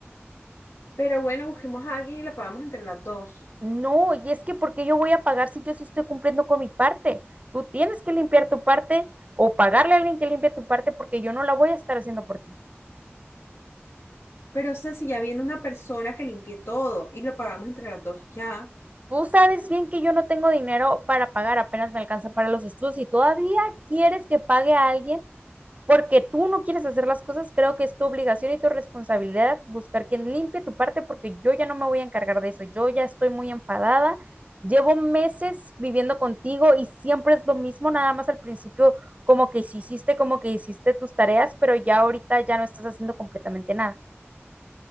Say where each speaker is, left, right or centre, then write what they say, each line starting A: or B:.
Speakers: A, on the left; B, on the right.
A: Pero bueno, busquemos a alguien y la pagamos entre las dos.
B: No, y es que porque yo voy a pagar si yo sí estoy cumpliendo con mi parte? Tú tienes que limpiar tu parte o pagarle a alguien que limpie tu parte porque yo no la voy a estar haciendo por ti.
A: Pero o sea, si ya viene una persona que limpie todo y lo pagamos entre las dos ya,
B: Tú sabes bien que yo no tengo dinero para pagar, apenas me alcanza para los estudios y todavía quieres que pague a alguien porque tú no quieres hacer las cosas, creo que es tu obligación y tu responsabilidad buscar quien limpie tu parte porque yo ya no me voy a encargar de eso, yo ya estoy muy enfadada, llevo meses viviendo contigo y siempre es lo mismo, nada más al principio como que sí hiciste, como que hiciste tus tareas, pero ya ahorita ya no estás haciendo completamente nada.